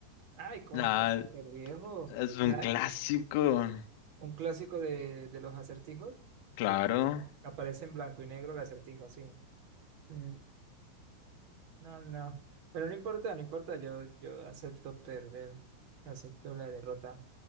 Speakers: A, on the right; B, on the left.
A: ay, cómo
B: Nada,
A: que súper viejo.
B: es un
A: La,
B: clásico.
A: Un clásico de, de los acertijos.
B: Claro.
A: Aparece en blanco y negro el acertijo, sí. Mm, No, no. Pero no importa, no importa. Yo, yo acepto perder. Acepto la derrota.